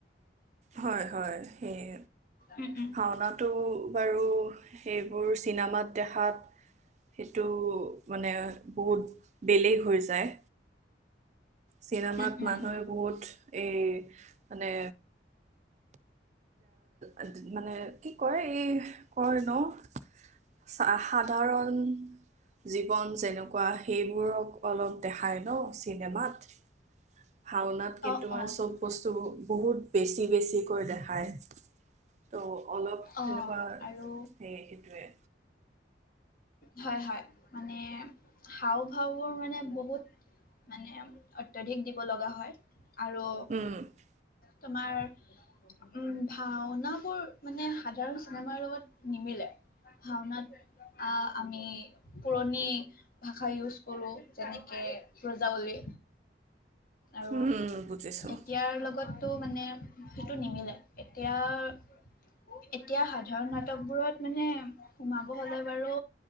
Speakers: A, on the right; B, on the left.
A: হয়- হয়। সেয়ে
B: উম, উম,
A: ভাওনাটো বাৰু সেইবোৰ, চিনেমাত দেখাত সেইটো মানে বহুত বেলেগ হৈ যায়। চিনেমাত
B: উম, উম,
A: মানুহে বহুত এই মানে এ, মানে কি কয় এই কয় ন' সাধাৰণ জীৱন যেনেকুৱা সেইবোৰক অলপ দেখাই ন চিনেমাত। ভাওনাত কিন্তু
B: অ',
A: মানে
B: অ'।
A: চব বস্তুবোৰ। বহুত বেছি বেছিকৈ দেখায় ত' অলপ
B: অ
A: তেনেকুৱা।
B: আৰু
A: সেই সেইটোৱে,
B: হয় -হয় মানে। হাওঁ -ফাওঁৰ মানে বহুত মানে অত্যধিক দিব লগা হয়। আৰু
A: উম
B: তোমাৰ উম ভাওনাবোৰ মানে সাধাৰণ চিনেমাৰ লগত নিমিলে ভাওনাত আহ আমি পুৰণি। ভাষা ইউজ কৰোঁ যেনেকে বজাৱলী। আৰু
A: উম বুজিছো
B: এতিয়াৰ লগতো মানে। সেইটো নিমিলে এতিয়া এতিয়া সাধাৰণ নাটকবোৰত মানে সোমাব হলে বাৰু